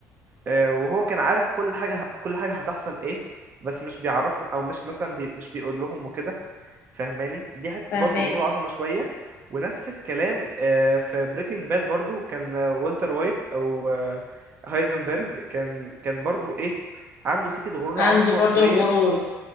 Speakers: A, on the right (about 40°); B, on the left (about 55°).
A: آه، وهو كان عارف كل حاجة كل حاجة هتحصل ايه بس مش بيعرفهم او مش مثلا بي مش بيقول لهم وكده فاهماني دي حتة
B: فاهمك
A: برضو غرور عظمة شوية ونفس الكلام آه، في بريكنج باد برضو كان آه، والتر وايت او آه، هايزنبرج كان كان برضو ايه عنده سكة غرور
B: عنده
A: عظمة
B: برضو
A: شوية
B: الغرور